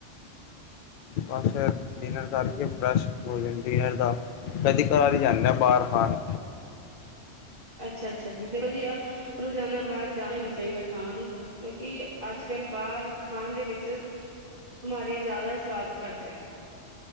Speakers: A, on the left; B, on the right.
A: ਪਰ ਫੇਰ ਡਿਨਰ ਕਰਕੇ ਫਰੈਸ਼ ਭੋਜਨ। ਡਿਨਰ ਤਾਂ, ਕਦੀ-ਕਦਾਰ ਈ ਜਾਂਨੇ ਆ ਬਾਰ ਖਾਨ।
B: ਅੱਛਾ-ਅੱਛਾ ਜੀ। ਦੇਖੋ ਜੀ ਅ ਰੋਜਾਨਾ ਬਾਰ ਜਾਨਾ ਈ ਨੀ ਚਾਈਦਾ ਖਾਨ। ਕਿਉਂਕਿ ਅੱਜ ਕੱਲ੍ਹ ਬਾਰ ਖਾਨ ਦੇ ਵਿੱਚ ਬਿਮਾਰੀਆਂ ਜਾਦਾ ਐ, ਸੁਆਦ ਘੱਟ ਐ।